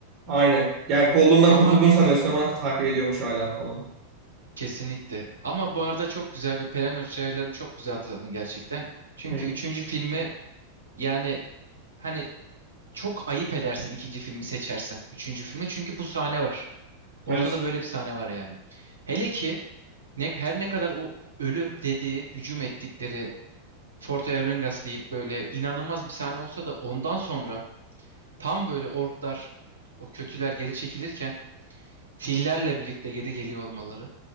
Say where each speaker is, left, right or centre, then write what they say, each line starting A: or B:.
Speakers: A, on the right; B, on the right.
A: Aynen. Yani Gollum'dan
B: Ama
A: kurtulduğunu sanıyorsun ama takip ediyormuş hala falan.
B: kesinlikle. Ama bu arada çok güzel bir Pelennor çaylarını çok güzel hatırladın gerçekten. Çünkü
A: Hı.
B: üçüncü filmi yani hani çok ayıp edersin ikinci filmi seçersen. Üçüncü filme çünkü bu sahne var. Ortada
A: Evet.
B: böyle bir sahne var yani. Hele ki ne, her ne kadar o ölüm dediği, hücum ettikleri Fort Erlingas deyip böyle inanılmaz bir sahne olsa da ondan sonra tam böyle orklar o kötüler geri çekilirken fillerle birlikte geri geliyor olmaları.